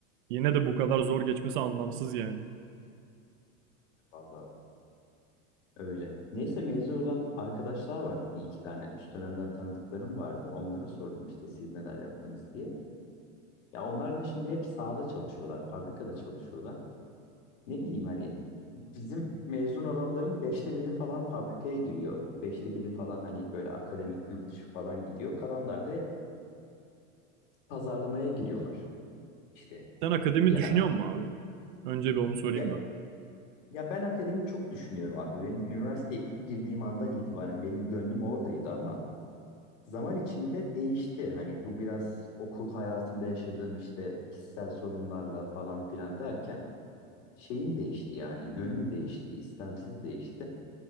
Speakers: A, on the right; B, on the left.
A: Yine de bu kadar zor geçmesi anlamsız yani.
B: Vallahi öyle. Neyse mezun olan arkadaşlar vardı bir iki tane. Üst dönemden tanıdıklarım vardı. Onlara sordum işte siz neler yaptınız diye. Ya onlar da şimdi hep sahada çalışıyorlar, fabrikada çalışıyorlar. Ne bileyim hani bizim mezun olanların beşte biri falan fabrikaya giriyor. Beşte biri falan hani böyle akademik yurt dışı falan gidiyor. Kalanlar da hep pazarlamaya giriyorlar. İşte
A: Sen akademi
B: ya
A: düşünüyor musun abi? Önce bir onu sorayım
B: ya
A: da.
B: ya ben akademi çok düşünüyorum abi. Benim üniversiteye ilk girdiğim andan itibaren benim gönlüm oradaydı ama zaman içinde değişti. Hani bu biraz okul hayatında yaşadığım işte kişisel sorunlarla falan filan derken şeyim değişti yani yönüm değişti, istemsiz değişti.